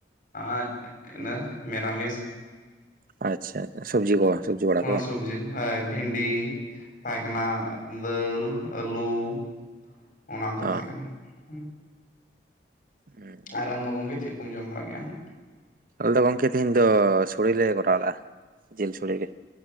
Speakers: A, on the left; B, on the right.
A: ᱟᱨ ᱤᱱᱟ ᱢᱤᱨᱟᱢᱤᱥ
B: ᱟᱪᱪᱷᱟ ᱥᱚᱵᱽᱡᱤ ᱠᱚ ᱥᱚᱵᱽᱡᱤ ᱵᱟᱲᱟ
A: ᱦᱸ
B: ᱠᱚ ᱵᱟᱝ
A: ᱥᱚᱵᱡᱤ ᱫᱚ ᱦᱚᱭ ᱵᱷᱽᱤᱱᱰᱤ ᱛᱟᱦᱮᱸ ᱠᱟᱱᱟ᱾ ᱫᱟᱹᱞ ᱟᱹᱞᱩ- ᱚᱱᱟ ᱠᱚ ᱛᱟᱦᱮᱸ
B: ᱚ
A: ᱠᱟᱱᱟ᱾ ᱦᱩᱸ
B: ᱦᱮᱸ
A: ᱟᱨ ᱟᱢᱫᱚ ᱜᱚᱝᱠᱮ ᱪᱮᱫ ᱠᱚᱢ ᱡᱚᱢ ᱵᱟᱲᱟ ᱠᱮᱜᱼᱟ ᱾ ᱦᱟᱸᱜ
B: ᱟᱞᱮ ᱫᱚ ᱜᱚᱝᱠᱮ ᱛᱤᱦᱮᱧ ᱫᱚᱸ ᱥᱚᱲᱮ ᱞᱮ ᱠᱚᱨᱟᱣ ᱞᱟᱜᱼᱟ᱾ ᱡᱤᱞ ᱥᱚᱲᱮ ᱜᱮ